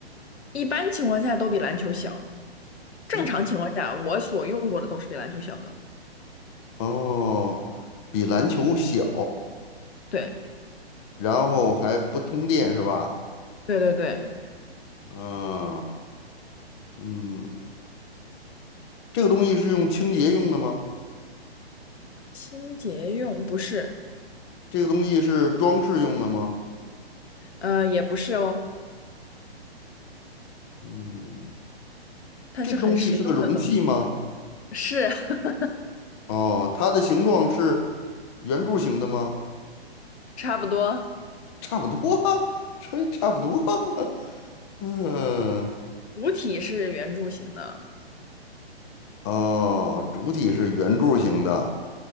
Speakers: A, on the left; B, on the left.
A: 一般情况下都比篮球小。正常情况下，
B: 一
A: 我所用过的都是比篮球小的。
B: 哦，比篮球小，
A: 对，
B: 然后还不通电是吧？
A: 对对对，
B: 嗯嗯，这个东西是用清洁用的吗？
A: 清洁用不是，
B: 这个东西是装饰用的吗？
A: 呃，也不是哦，
B: 嗯，
A: 它是很实用的东西。
B: 这个东西是个容器吗？
A: 是 <laughs>
B: 哦，它的形状是圆柱形的吗？
A: 差不多，
B: 差不多啊，<laughs> 这差不多啊 <laughs> 嗯。
A: 主体是圆柱形的，
B: 哦，主体是圆柱形的，